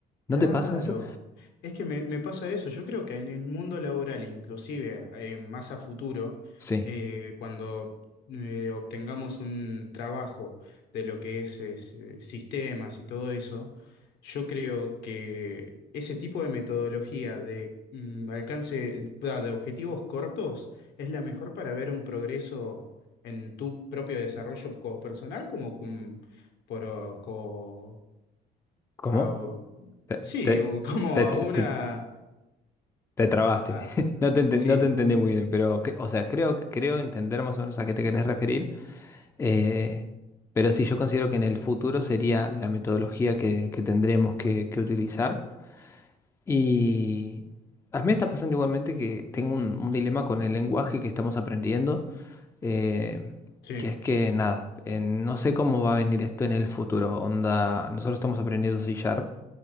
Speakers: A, on the left; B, on the left.
A: ¿No
B: Claro.
A: te pasa eso?
B: Es que me, me pasa eso. Yo creo que en el mundo laboral, inclusive eh, más a futuro,
A: Sí.
B: eh, cuando eh, obtengamos un trabajo de lo que es, es, eh, sistemas y todo eso, yo creo que ese tipo de metodología de mm, alcance va, de objetivos cortos es la mejor para ver un progreso en tu propio desarrollo como personal como, con- por, o- co-
A: ¿Cómo?
B: a-
A: Te,
B: Sí,
A: te,
B: o como
A: te,
B: a
A: te-
B: una...
A: te- Te trabaste.
B: a-
A: <laughs> No te, enten-
B: Sí,
A: no te entendí muy bien, pero, que- o sea, creo, creo entender más o menos a qué te querés referir. eh, pero sí, yo considero que en el futuro sería la metodología que, que tendremos que, que utilizar. Y a mí me está pasando igualmente que tengo un, un dilema con el lenguaje que estamos aprendiendo, eh,
B: sí.
A: que es que, nada, eh, no sé cómo va a venir esto en el futuro. Onda, nosotros estamos aprendiendo C Sharp